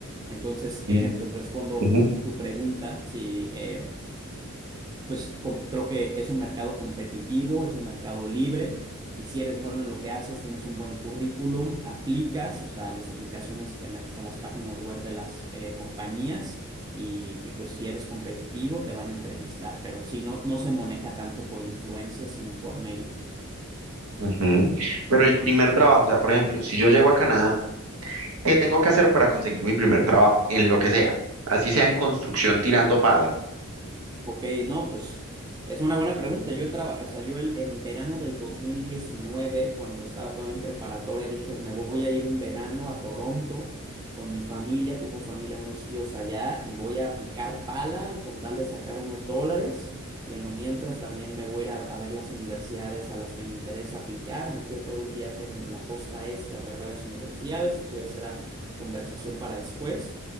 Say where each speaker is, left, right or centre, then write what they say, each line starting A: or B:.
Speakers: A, on the right; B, on the right.
A: Entonces,
B: sí,
A: eh, pues respondo
B: ujú,
A: tu pregunta, si, eh, pues com- creo que es un mercado competitivo, es un mercado libre, y si eres bueno en lo que haces, tienes un buen currículum, aplicas, o sea, las aplicaciones te metes a las páginas web de las eh, compañías y, y, pues si eres competitivo te van a entrevistar, pero si no, no se maneja tanto por influencia, sino por mérito.
B: Ujú. Pero el primer trabajo, o sea, por ejemplo, si yo llego a Canadá, ¿qué tengo que hacer para conseguir mi primer trabajo? En lo que sea, así sea en construcción tirando palas.
A: Ok, no, pues es una buena pregunta. Yo traba- o sea, yo el, en verano del 2019, cuando estaba todavía en preparatoria, dije, me voy a ir un verano a Toronto con mi familia, tengo familia, unos tíos allá, y voy a picar pala con tal de sacar unos dólares. Y en lo mientras también me voy a ir a, a ver las universidades a las que me interesa aplicar. Me fui a todo un viaje en la costa este a ver varias universidades. Eso ya será conversación para después.